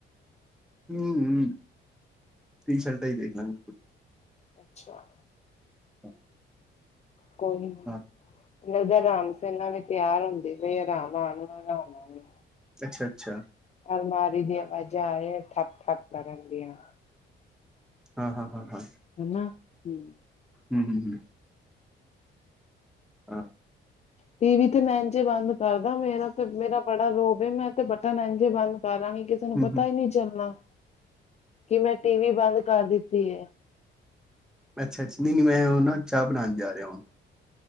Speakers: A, in the centre; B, on the left (about 35°).
A: ਹੂੰ-ਹੂੰ ਟੀਸ਼ਲਟਾ ਹੀ ਦੇਖ ਲਾਂ ਗੇਂ ਕੋਈ
B: ਅੱਛਾ
A: <inaudible>
B: ਕੋਈ
A: ਹਾਂ
B: ਨਾ ਉਦਾਰ ਰਾਮ ਸੈਨਾ ਵੀ ਤਿਆਰ ਹੁੰਦੇ ਪਈਏ। ਰਾਮ ਆਗਿਆ ਰਾਮ ਆਜਾਗੀ।
A: ਅੱਛਾ ਅੱਛਾ।
B: ਅਲਮਾਰੀ ਦੀਆਂ ਵਾਜਾ ਆਏ ਠੱਪ-ਠੱਪ ਕਰਨ ਦੀਆਂ।
A: ਹਾਂ ਹਾਂ। ਹਾਂ ਹਾਂ
B: ਹਨਾ ਹੂੰ।
A: ਹੂੰ ਹੂੰ। ਹਾਂ।
B: ਟੀ ਵੀ ਤੇ ਮੈਂ ਇੰਝ ਬੰਦ ਕਰਦਾ ਮੇਰਾ ਤੇ ਮੇਰਾ ਬੜਾ ਰੋਬ ਮੈਂ ਤੇ ਬਟਨ ਇੰਝੇ ਬੰਦ ਕਰਾਂਗੀ। ਕਿਸੇ ਨੂੰ
A: ਹੂੰ
B: ਪਤਾ
A: ਹੂੰ
B: ਹੀ ਨਹੀਂ ਚੱਲਣਾ। ਕਿ ਮੈਂ ਟੀ ਵੀ ਬੰਦ ਕਰ ਦਿੱਤੀ ਏ।
A: ਅੱਛਾ ਨਹੀਂ, ਨੀ ਮੈਂ ਉਹ ਨਾ ਚਾਹ ਬਣਾਉਣ ਜਾ ਰਿਹਾ ਵਾ।